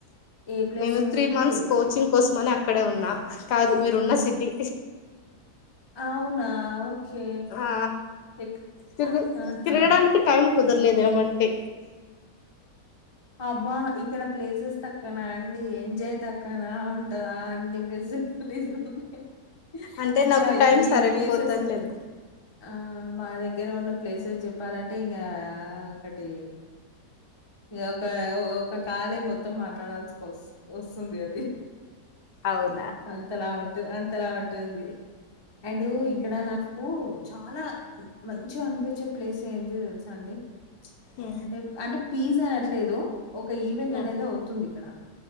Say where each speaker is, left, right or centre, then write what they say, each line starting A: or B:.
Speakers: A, on the left (about 20°); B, on the left (about 75°).
A: ఏ place
B: నేను three months
A: Tirupati
B: coaching కోసమని అక్కడే ఉన్నా. కాదు మీరు ఉన్న సిటీ.
A: అవునా ఓకే
B: ఆ
A: ఎక్
B: తిరుగు
A: ఆహా
B: తిరగడానికి టైం కుదరలేదు ఏమంటే.
A: అబ్బా ఇక్కడ ప్లేసెస్ తక్కువనా అండి. ఎంజాయ్ తక్కువనా ఉంటదా అండి. <inaudible>
B: అంటే
A: ఇంకా
B: నాకు టైం
A: ఈ
B: సరకపోతాను
A: ప్లేసెస్
B: లేదు
A: ఆ మా దగ్గ దగ్గర ఉన్న ప్లేసెస్ చెప్పాలంటే ఇంగా ఒకటి ఇంగా ఒక ఒక కాలె మొత్తం మాట్లాడాల్సికోస్ వస్తుంది అది.
B: అవున్
A: అంతలా ఉంట్ అంతలా ఉంటుంది. అండ్ ఇక్కడ
B: ఉహు.
A: నాకు చాలా మంచిగా అనిపిచ్చే ప్లేస్ ఏంది తెలుసా అండి.
B: ఉ,
A: అంటే అంటే పీస్ అన ట్లేదు ఒక ఈవెంట్
B: ఉ.
A: అనేది అవుతుంది ఇక్కడ.